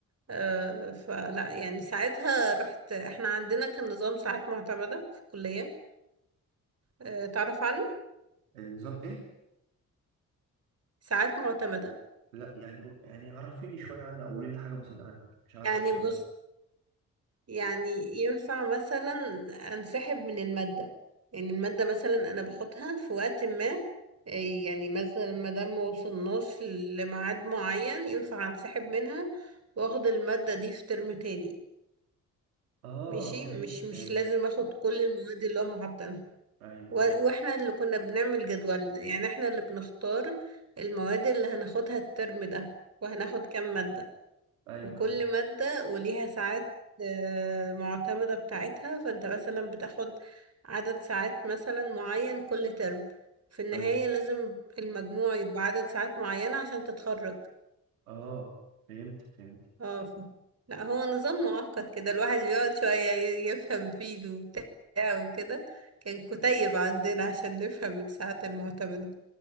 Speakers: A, on the right; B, on the right.
A: آه فلا يعني ساعتها رحت احنا عندنا كان نظام ساعات معتمدة في الكلية آه، تعرف عنه
B: النظام إيه؟
A: ساعات معتمدة
B: لا يعني يعني عرفيني شوية عنه أو قولي لي حاجة مثلا عنه مش عارفه
A: يعني
B: الصراحة
A: بص يعني ينفع مثلا انسحب من المادة يعني المادة مثلا أنا باخدها في وقت ما آه، يعني مثلا ما دام ما وصلناش لميعاد معين ينفع انسحب منها واخد المادة دي في ترم تاني
B: آه
A: ماشي
B: فهمتك
A: مش مش
B: فهمتك
A: لازم اخد كل المواد اللي هم حاطينها
B: أيوه
A: و-
B: أيوه
A: واحنا اللي كنا بنعمل جدولنا يعني احنا اللي بنختار المواد اللي هناخدها الترم ده وهناخد كام مادة
B: أيوه
A: وكل
B: أيوه
A: مادة وليها ساعات آه، معتمدة بتاعتها فانت مثلا بتاخد عدد ساعات مثلا معين كل ترم في النهاية
B: أيوه
A: لازم المجموع يبقى عدد ساعات معينة عشان تتخرج
B: آه فهمتك فهمتك
A: اه ف... لا هو نظام معقد كده الواحد بيقعد شوية ي- يفهم فيه ده وبتاع وكده كان كتيب عندنا عشان نفهم الساعات المعتمدة